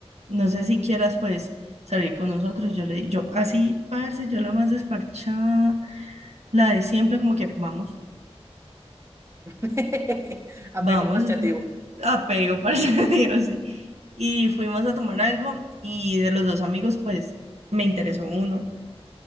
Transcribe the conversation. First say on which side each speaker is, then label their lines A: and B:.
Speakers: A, on the right; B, on the right.
A: no sé si quieras pues salir con nosotros. Yo le di, yo así, parce, yo la más desparchada, la de siempre, como que vamos.
B: <laughs> Apego
A: vamos,
B: marchativo.
A: <laughs> apego, para <laughs> digo así. Y fuimos a tomar algo y de los dos amigos, pues me interesó uno.